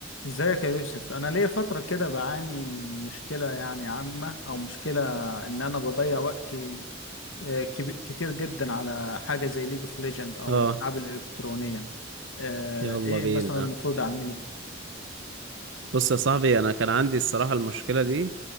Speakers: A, on the left; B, on the right.
A: ازيك يا يوسف انا ليا فتره كده بعاني من مشكله يعني عامه او مشكله ان انا بضيع وقتي آه، كب- كتير جدا على حاجه زي ليج اوف ليجند او
B: اه
A: الالعاب الالكترونيه آه،
B: يلا
A: ايه
B: بينا
A: مثلا المفروض اعمله
B: بص يا صاحبي انا كان عندي الصراحة المشكلة دي